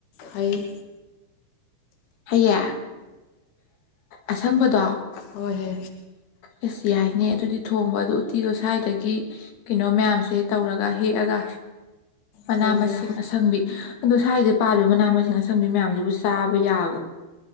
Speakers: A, on the left; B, on the left.
A: ꯍꯥꯏꯩ
B: ꯍꯌꯦꯌꯦ ꯑꯁꯪꯕꯗꯣ
A: ꯍꯣꯏ ꯍꯦ
B: ꯑꯦꯁ ꯌꯥꯏꯅꯦ ꯑꯗꯨꯗꯤ ꯊꯣꯡꯕ ꯑꯗꯨ ꯎꯇꯤꯗꯣ ꯁ꯭ꯋꯥꯏꯗꯒꯤ ꯀꯩꯅꯣ ꯃꯌꯥꯝꯁꯦ ꯇꯧꯔꯒ ꯍꯦꯛꯑꯒ ꯃꯅꯥ
A: ꯊꯣꯡꯉꯣ
B: ꯃꯁꯤꯡ ꯑꯁꯪꯕꯤ ꯑꯗꯣ ꯁ꯭ꯋꯥꯏꯗ ꯄꯥꯜꯂꯤꯕ ꯃꯅꯥ ꯃꯁꯤꯡ ꯑꯁꯪꯕꯤ ꯃꯌꯥꯝꯁꯤꯕꯨ ꯆꯥꯕ ꯌꯥꯕ